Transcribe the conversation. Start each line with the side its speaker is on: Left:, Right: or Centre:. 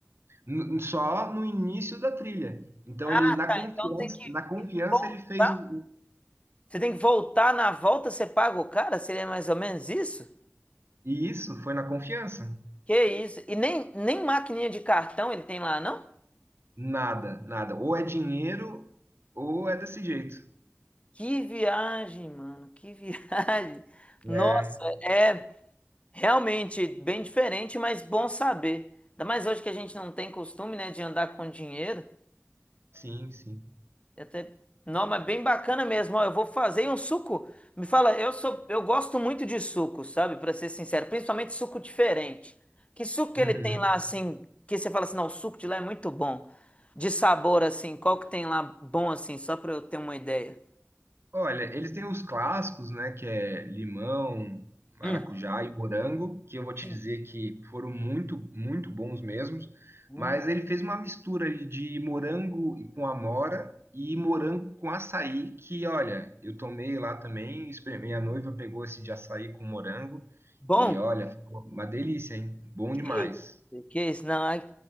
Right: N- só no início da trilha. Então
Left: Ah,
Right: ele na
Left: tá.
Right: confiança,
Left: Então tem que,
Right: na confiança
Left: tem que voltar.
Right: ele fez o, o-
Left: Você tem que voltar na volta, você paga o cara? Seria mais ou menos isso?
Right: e isso foi na confiança.
Left: Que isso? E nem, nem maquininha de cartão ele tem lá, não?
Right: Nada, nada. Ou é dinheiro ou é desse jeito.
Left: Que viagem, mano. Que <laughs> viagem.
Right: É,
Left: Nossa, é Realmente bem diferente, mas bom saber. Ainda mais hoje que a gente não tem costume, né, de andar com dinheiro.
Right: sim, sim.
Left: E Até... Não, mas bem bacana mesmo. Ó, eu vou fazer um suco. Me fala, eu sou, eu gosto muito de suco, sabe? Pra ser sincero, principalmente suco diferente. Que suco que
Right: Uhum.
Left: ele tem lá assim, que você fala assim, não, o suco de lá é muito bom. De sabor assim, qual que tem lá bom assim, só pra eu ter uma ideia.
Right: Olha, eles têm os clássicos, né, que é limão, maracujá
Left: Uhum.
Right: e morango, que eu vou te
Left: Sim.
Right: dizer que foram muito, muito bons mesmos,
Left: Hum.
Right: mas ele fez uma mistura ali de morango e com amora e morango com açaí, que olha, eu tomei lá também, experimentei, a noiva pegou esse de açaí com morango
Left: Bom,
Right: e olha, ficou uma delícia, hein? Bom demais.
Left: que isso, que isso, não, ai,